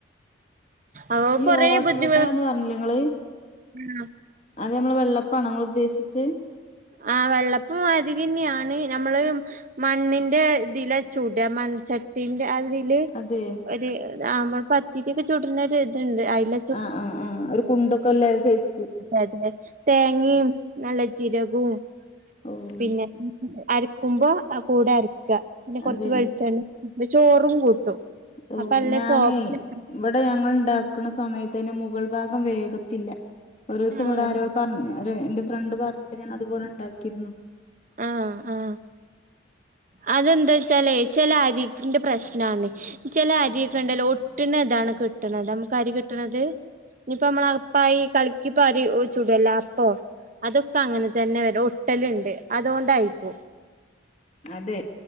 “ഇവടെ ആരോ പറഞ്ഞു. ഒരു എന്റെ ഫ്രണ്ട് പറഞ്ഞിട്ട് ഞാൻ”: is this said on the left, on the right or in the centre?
Left